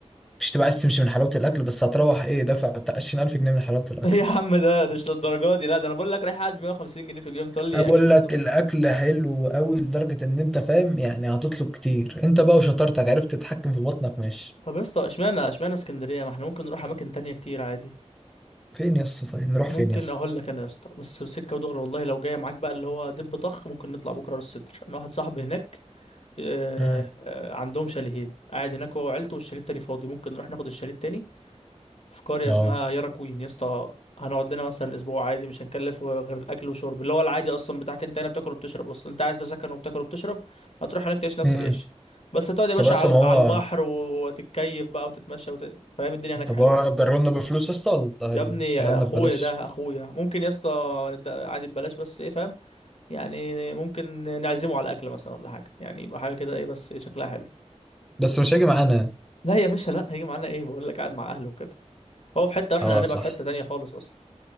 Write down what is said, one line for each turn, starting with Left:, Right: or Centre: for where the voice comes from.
Centre: مش تبقى عايز تمشي من حلاوه الاكل بس هتروح ايه دافع بتاع 20000 جنيه من حلاوه
Left: <laughs>
Centre: الاكل
Left: إيه يا عم ده ده مش للدرجه دي لا ده انا بقول لك رايح قاعد ب 150 جنيه في اليوم تقول لي
Centre: أنا بقول
Left: اكل
Centre: لك
Left: سمك
Centre: الاكل حلو قوي لدرجه ان انت فاهم يعني هتطلب كتير انت بقى وشطارتك عرفت تتحكم في بطنك ماشي
Left: طب يا اسطى اشمعنى اشمعنى اسكندريه ما احنا ممكن نروح اماكن تانية كتير عادي
Centre: فين يا اسطى طيب نروح
Left: ممكن
Centre: فين يا اسطى
Left: اقول لك انا يا اسطى بس سكه ودغري والله لو جايه معاك بقى اللي هو دب طخ ممكن نطلع بكره راس السدر انا واحد صاحبي هناك آه،
Centre: امم
Left: آه، عندهم شاليهين قاعد هناك هو وعيلته والشاليه التاني فاضي ممكن نروح ناخد الشاليه التاني في قرية
Centre: اه
Left: اسمها يارا كوين يا اسطى هنقعد لنا مثلا اسبوع عادي مش هنكلف غير اكل وشرب اللي هو العادي اصلا بتاعك انت هنا بتاكل وبتشرب اصلا انت قاعد في سكن وبتاكل وبتشرب هتروح هناك تعيش نفس
Centre: امم
Left: العيش بس هتقعد يا باشا
Centre: طب بس
Left: على
Centre: ما هو
Left: على البحر وتتكيف بقى وتتمشى وت... فاهم الدنيا هناك
Centre: طب
Left: حلوه
Centre: هو
Left: يعني
Centre: أجره لنا بفلوس يا اسطى ولا
Left: يا
Centre: هيديها
Left: ابني يا
Centre: لنا
Left: اخويا
Centre: ببلاش
Left: ده اخويا ممكن يا اسطى ند- عادي ببلاش بس ايه فاهم يعني ممكن نعزمه على اكل مثلا ولا حاجه يعني يبقى حاجه كده ايه بس إيه شكلها حلو
Centre: بس مش هيجي معانا يعني.
Left: لا يا باشا لا هيجي معانا ايه بقول لك قاعد مع اهله وكده هو في حته واحنا
Centre: اه
Left: هنبقى
Centre: صح
Left: في حته تانية خالص اصلا